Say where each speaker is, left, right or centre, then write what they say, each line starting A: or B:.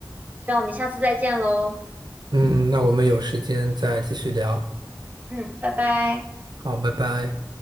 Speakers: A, on the right (about 20°); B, on the right (about 65°).
A: 希望我们下次再见喽。
B: 嗯，那我们有时间再继续聊，
A: 嗯，拜拜。
B: 好，拜拜。